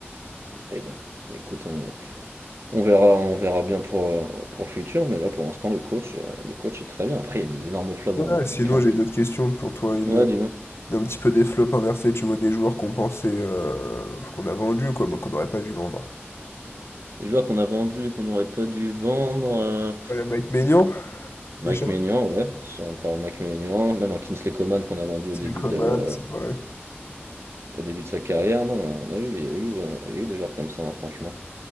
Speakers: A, on the right; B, on the left.
A: Mais bon, écoute, on, on verra, on verra bien pour, euh, pour le futur, mais là, pour l'instant, le coach, euh, le coach est très bien. Après, il y a des énormes flops
B: Ouais,
A: dans,
B: sinon
A: dans plein de...
B: j'ai
A: clubs.
B: une autre question pour toi, une
A: Ouais, dis-moi.
B: d'un petit peu des flops inversés, tu vois, des joueurs qu'on pensait euh, qu'on a vendus, quoi, mais qu'on n'aurait pas dû vendre.
A: Des joueurs qu'on a vendus, qu'on n'aurait pas dû vendre. euh,
B: Ouais, Mike Maignan,
A: Mike
B: déjà,
A: Maignan, ouais, si on parle Mike Maignan, même un Kingsley Coman qu'on a vendu
B: c'est
A: au début
B: les Coman,
A: de la-
B: c'est vrai.
A: Au début de sa carrière, non, on a eu, il y a eu, euh, il y a eu des joueurs comme ça, hein, franchement.